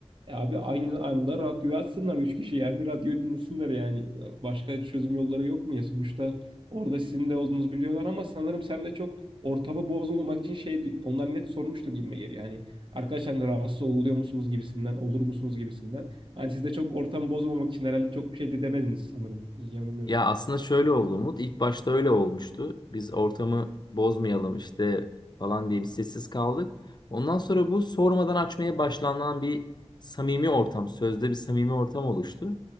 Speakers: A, on the right; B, on the left.
A: e abi aynı anda radyoyu açsınlar üç kişi yani radyo dinlesinler yani. Başka çözüm yolları yok mu ya? Sonuçta orada sizin de olduğunuzu biliyorlar ama sanırım sen de çok ortamı bozmamak için şey onlar net sormuştur gibime geliyor. Yani arkadaşlar hani rahatsız oluyor musunuz gibisinden, olur musunuz gibisinden. Yani siz de çok ortam bozmamak için herhalde çok bir şey de demediniz sanırım. İyi yanılmıyorsam.
B: Ya aslında şöyle oldu Umut. İlk başta öyle olmuştu. Biz ortamı bozmayalım işte falan diye bir sessiz kaldık. Ondan sonra bu sormadan açmaya başlanan bir samimi ortam, sözde bir samimi ortam oluştu.